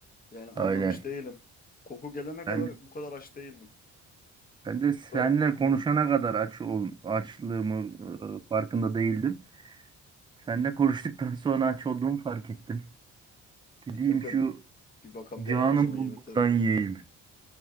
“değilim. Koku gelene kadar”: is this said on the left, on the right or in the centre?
Left